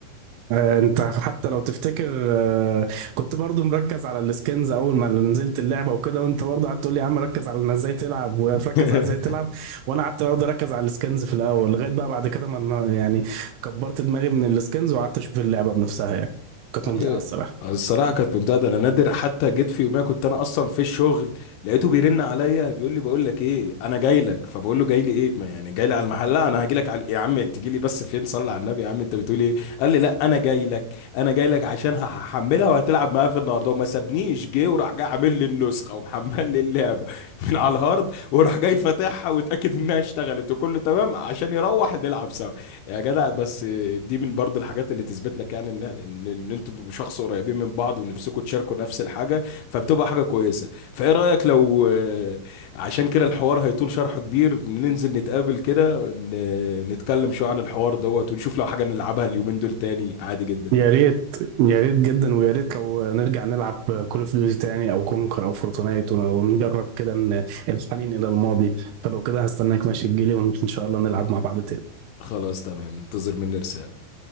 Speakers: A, on the right; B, on the left.
A: آه، انت حتى لو تفتكر آه، كنت برضو مركز على السكنز اول ما نزلت اللعبه وكده وانت برضو قعدت تقول لي يا عم ركز على انك ازاي تلعب وركز
B: <laughs>
A: على ازاي تلعب وانا قعدت برضو اركز على السكنز في الاول لغايه بقى بعد كده ما انا- يعني كبرت دماغي من السكنز وقعدت اشوف اللعبه بنفسها يعني كانت ممتعه
B: أيوة.
A: الصراحه
B: الصراحه كانت ممتازه انا نادر حتى جيت في يوميها كنت انا اصلا في الشغل لقيته بيرن عليا بيقول لي بقول لك ايه انا جاي لك فبقول له جاي لي ايه ما يعني جاي لي على المحل لا انا هاجي لك على... يا عم تجي لي بس فين صلي على النبي يا عم انت بتقول ايه قال لي لا انا جاي لك انا جاي لك عشان هحملها وهتلعب معايا في النهارده وما سابنيش جه وراح جاي عامل لي النسخه ومحمل لي اللعبه <laughs> من على الهارد وراح جاي فاتحها واتاكد انها اشتغلت وكله تمام عشان يروح نلعب سوا يا جدع بس دي من برضه الحاجات اللي تثبت لك يعني ان ان, إن انتوا شخص قريبين من بعض ونفسكم تشاركوا نفس الحاجه فبتبقى حاجه كويسه فايه رايك لو آه، عشان كده الحوار هيطول شرحه كبير ننزل نتقابل كده ن- نتكلم شويه عن الحوار دوت ونشوف لو حاجه نلعبها اليومين دول تاني عادي جدا
A: يا ريت يا ريت جدا ويا ريت لو نرجع نلعب كول اوف ديوتي تاني او كونكر او فورتنايت ونجرب كده إن الحنين الى الماضي فلو كده هستناك ماشي تجيلي وان شاء الله نلعب مع بعض تاني
B: خلاص تمام انتظر مني رساله